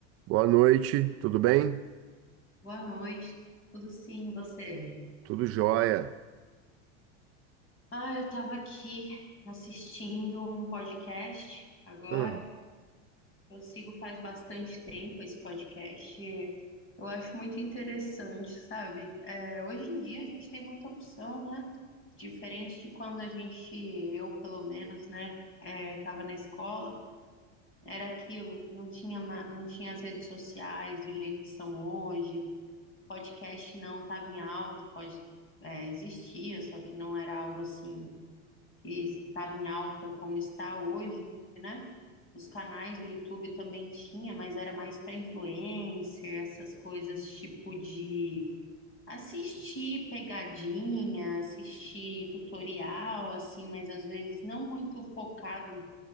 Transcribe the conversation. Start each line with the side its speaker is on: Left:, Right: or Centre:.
Right: Boa noite, tudo bem?
Left: Boa noite, tudo sim, você?
Right: Tudo jóia.
Left: Ah, eu estava aqui assistindo um podcast agora.
Right: Hum,
Left: Eu sigo faz bastante tempo esse podcast. Eu acho muito interessante, sabe? É, hoje em dia a gente tem muita opção, né? Diferente de quando a gente, eu pelo menos, né, é, estava na escola, era aquilo, não tinha, ma- não tinha as redes sociais do jeito que são hoje. podcast não estava em alta, pode, é, existia, só que não era algo assim que estava em alta como está hoje, né? Os canais do YouTube também tinha, mas era mais para influencer, essas coisas tipo de assistir pegadinha, assistir tutorial, assim, mas às vezes não muito focado